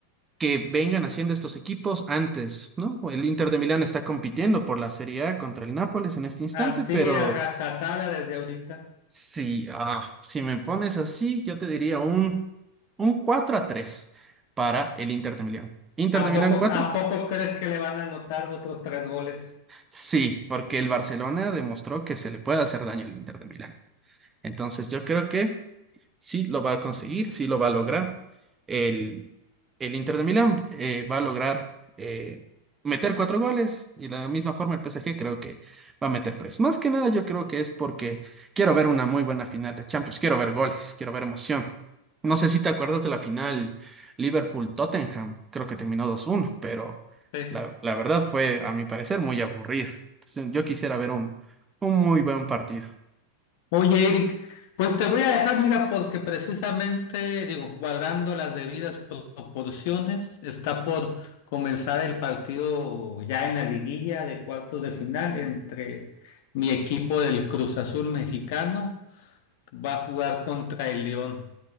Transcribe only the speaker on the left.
Así,
a rajatabla desde ahorita.
¿A
poco,
a poco crees que le van a anotar otros tres goles?
Sí.
Oye, Eric, pues te voy a dejar, mira, porque precisamente, digo, guardando las debidas proporciones, está por comenzar el partido ya en la liguilla de cuartos de final entre mi equipo del Cruz Azul mexicano, va a jugar contra el León,